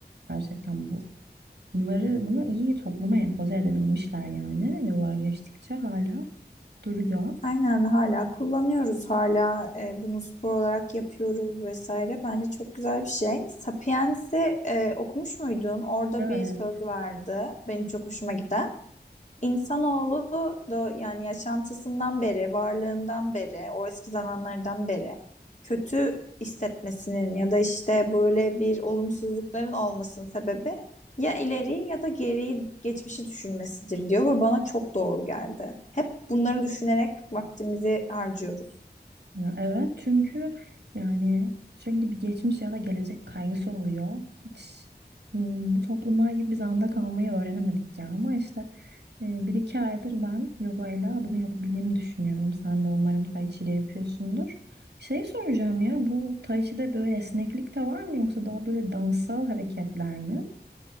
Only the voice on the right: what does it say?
gerçekten bu. Bunları bunu iyi topluma empoze edebilmişler yani yıllar geçtikçe hala duruyor.
Evet.
Ya evet çünkü yani sürekli bir geçmiş ya da gelecek kaygısı oluyor. Hiç hmm, bu toplumlar gibi biz anda kalmayı öğrenemedik ya ama işte e, bir iki aydır ben yogayla bunu yapabildiğimi düşünüyorum. Sen de umarım tai chi ile yapıyorsundur. Şey soracağım ya bu tai chi'de böyle esneklik de var mı yoksa daha böyle dansal hareketler mi?